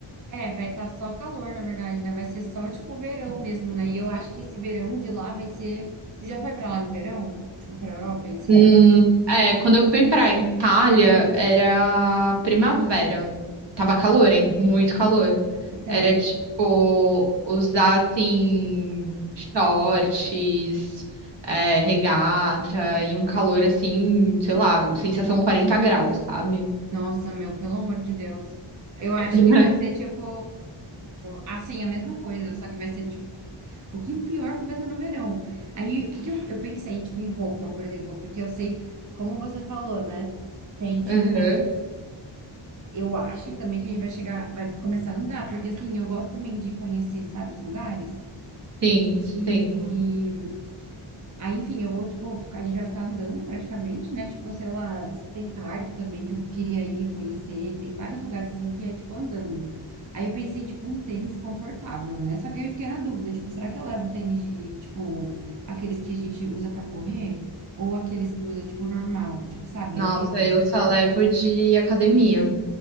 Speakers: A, on the right; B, on the right.
A: É, vai estar só calor, na verdade, né? Vai ser só, tipo, verão mesmo, né? E eu acho que esse verão de lá vai ser... Você já foi pra lá no verão? Tipo, pra Europa em si?
B: Hum, é, quando eu fui pra Itália, era primavera. Tava calor, hein? Muito calor.
A: Então,
B: Era, tipo, usar, assim, shorts, é, regata e um calor, assim, sei lá, sensação 40 graus, sabe?
A: nossa, meu, pelo amor de Deus. Eu acho
B: <laughs>
A: que vai ser, tipo, assim, a mesma coisa, só que vai ser, tipo, Um pouquinho pior porque vai ser no verão. Aí, o que que eu, eu pensei, tipo, em roupa, por exemplo, porque eu sei, como você falou, né? Tem, tipo,
B: Uhum.
A: eu acho também que a gente vai chegar, vai começar a andar, porque assim, eu gosto também de conhecer, sabe, os lugares.
B: Sim, sim.
A: E Aí, enfim, eu vou, tipo, ficar- a gente vai ficar andando praticamente, né? Tipo, sei lá, tem parque também que eu queria ir conhecer, tem vários lugares assim que é, tipo, andando. Aí eu pensei, tipo, um tênis confortável, né? Só que eu fiquei na dúvida, tipo, será que eu levo tênis de, tipo, aqueles que a gente usa pra correr? Ou aqueles que usa, tipo, normal? Tipo, sabe,
B: Nossa,
A: o Adidas?
B: eu só levo de academia.